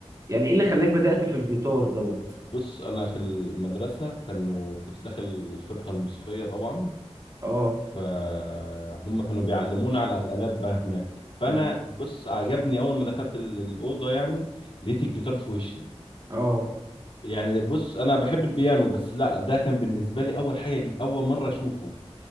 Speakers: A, on the right; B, on the left.
A: يعني ايه اللي خلاك بدأت في الجيتار دوت
B: بص انا في المدرسه كانوا كنت داخل الفرقه الموسيقيه طبعا
A: اه
B: فهم كانوا بيعلمونا على الالات بقى هناك فانا
A: مم.
B: بص عجبني اول ما دخلت ال- الاوضه يعني لقيت الجيتار في وشي
A: اه
B: يعني بص انا بحب البيانو بس لا ده كان بالنسبه لي اول حاجه جد- اول مره اشوفه